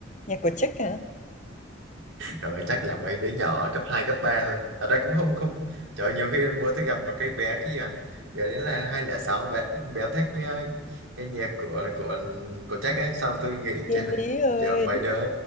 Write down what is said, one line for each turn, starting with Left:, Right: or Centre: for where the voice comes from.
Left: nhạc của Czech hả
Right: Trời ơi, chắc là mấy đứa nhỏ ở cấp 2 cấp 3 thôi. Ở đây cũng không không. Trời ơi, nhiều khi bữa tôi gặp một cái bé kia, bé đấy là hai không không sáu bé bé thích ờ, cái nhạc của của của Jack ấy, sao tôi nghĩ
Left: Thiên
Right: chết rồi.
Left: Lý ơi
Right: Giờ mấy đứa